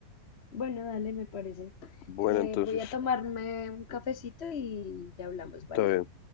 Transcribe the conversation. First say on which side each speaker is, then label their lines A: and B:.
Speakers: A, on the left; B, on the left.
A: Bueno, dale, me parece.
B: Bueno,
A: Eh,
B: entonces,
A: voy a tomarme un cafecito y ya hablamos,
B: está
A: ¿vale?
B: bien.